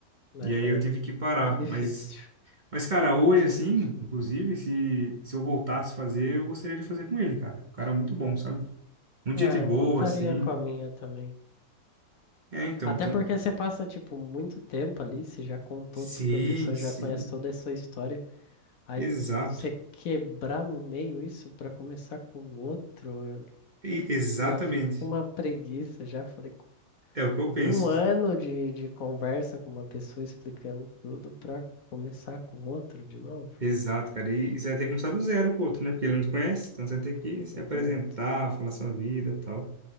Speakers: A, on the left; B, on the right.
A: Né,
B: E
A: Daí
B: aí eu tive
A: é
B: que parar.
A: difícil.
B: Mas, mas cara, hoje, assim, inclusive, se, se eu voltasse a fazer, eu gostaria de fazer com ele, cara. O cara é muito bom, sabe? Muita
A: Ah,
B: gente boa,
A: eu voltaria
B: assim.
A: com a minha também.
B: É, então,
A: Até
B: então.
A: porque você passa, tipo, muito tempo ali, você já contou
B: Sim,
A: tudo, a pessoa
B: sim.
A: já conhece toda a sua história. Aí
B: Exato.
A: você quebrar no meio isso pra começar com outro, eu
B: E-
A: já,
B: exatamente.
A: já fico com uma preguiça. Já falei, co-
B: É o que eu penso.
A: um ano de, de conversa com uma pessoa explicando tudo pra começar com outro de novo.
B: Exato, cara. E você vai ter que começar do zero com o outro, né? Porque ele não te conhece, então você vai ter que se
A: Exato.
B: apresentar, falar sua vida e tal.